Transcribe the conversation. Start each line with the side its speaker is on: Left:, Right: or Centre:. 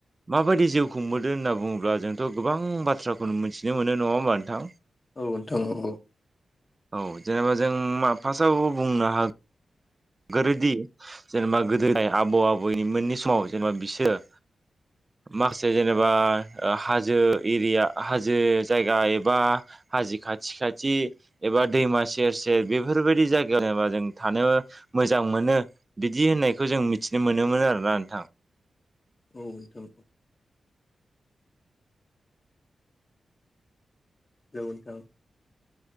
Right: माबायदि जिउ खुंबोदों होनना बुङोब्ला जोंथ' गोबां बाथ्राखौ मोनथिनो मोनो नङा होमबा नोंथां।
Left: औ नोंथां औ
Right: औ जेनेबा जों मा फार्स्टआवबो बुंनो हा गोरोदि जेनेबा गोदोहाय आबौ आबौनि मोननि समाव जेनेबा बिसोरो माखासे जेनेबा
Left: औ
Right: ओ हाजो एरिया हाजो जायगा एबा हाजो खाथि खाथि एबा दैमा सेर सेर बेफोरबायदि जायगायाव बा जों थानो मोजां मोनो बिदि होननायखौ जों मिथिनो मोनोमोन आरोना नोंथां
Left: औ नोंथां औ हेलौ नोंथां।